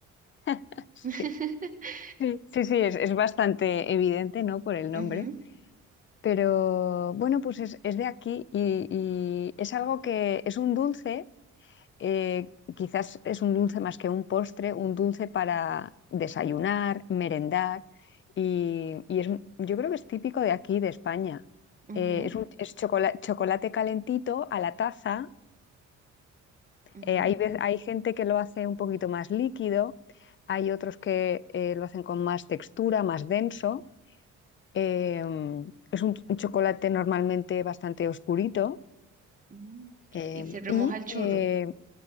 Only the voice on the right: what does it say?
<laughs>
Ujú,
ujú,
ujú,
ujú.
Y se remoja
el churro.